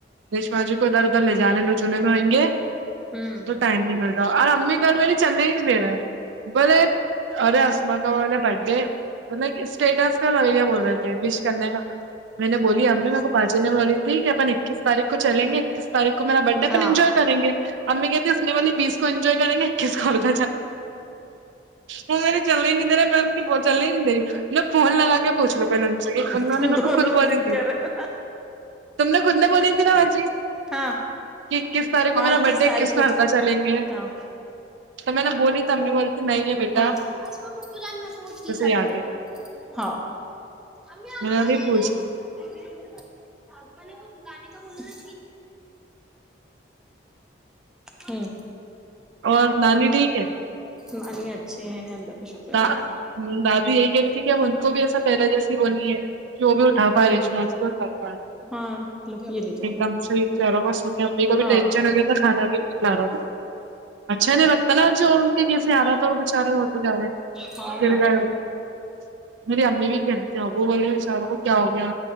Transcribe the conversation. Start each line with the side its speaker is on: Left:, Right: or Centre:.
Right: ریشما جی کو درد اد لے جانے لو جنے میں ایہ گے
Centre: ہ
Right: تو ٹائم نہیں مل رہا اور امی گھر میری چنئی ہی نہیں دے رہا ہے بولے ارے اسما کا والا برڈے سٹاٹس کا لیا بول رہے تھے بش کرنے کا میں نے بولی امی میرے کو باجی نہ بولی تھی کہ اپن اکیس تاریخ کو چلیںے اکیس تاریخ کو میرا برڈے
Centre: ہاں
Right: اپن ینجونے کریں گے امی کہتی ہیں اسنے والی بیس کو انجوائے کریں گے اکیس کالے وہ میں نے چلنا ہی نہیں درہی میں بھی چلنا ہی نہیں درہی میں فون لگا کے پوچھ لو پہلے ان سے کہ انہوں
Centre: تم
Right: نے میر
Centre: دونوں
Right: کو خود بولی
Centre: ضد
Right: تھی
Centre: کر رہے ہو۔
Right: تم نے خود دنے بولی تھی نا باجی
Centre: ہاں
Right: کہ اکیس تاریخ کو
Centre: ہاں
Right: میرا برڈے
Centre: کے ساری
Right: اکیس
Centre: کچھ
Right: ہلکا
Centre: آتا
Right: چلیے گے
Centre: ہاں
Right: تو میں نے بولی تو امی نے بولتی نہیں ہے بیٹے
Centre: ہم اسما پھوپھو جان میں کو تشیرٹ
Right: یاد
Centre: دے
Right: ہے
Centre: دو ھو امی اپ
Right: میں نے
Centre: کیا
Right: بولی
Centre: لے
Right: پوچھ
Centre: رہے
Right: لو
Centre: مے نہ کچھ لانے کا بولا ہم
Right: اور نانی ٹھیک ہے
Centre: نانی اچھے ہیں اللہ کا شکر
Right: دا
Centre: ہے
Right: دادی یہی کہہ رہی تھی کہ اب ان کو بھی ایسا پہلا جیسی بونی ہے کہ وہ بھی اٹھا پائے
Centre: ہوں
Right: ریشما جی کو کففان
Centre: ہاں لو یہ لے جا
Right: ایک
Centre: لو
Right: دم صحیح یارو وہ سن امی کو
Centre: ہاں
Right: بھی ٹینشن ہو گیا تھا کھانا بھی کھلا رہا تھا اچھا نہیں لگتا تال وہ جو اور ان کے کیسے ارہا تھا اور بےچارے ہوتے جا رہے ہیں
Centre: ہاؤ
Right: گر
Centre: یار
Right: گئے ہو۔ میری امی بھی کہنتی ہیں وہ بولی وچار کو کیا ہو گیا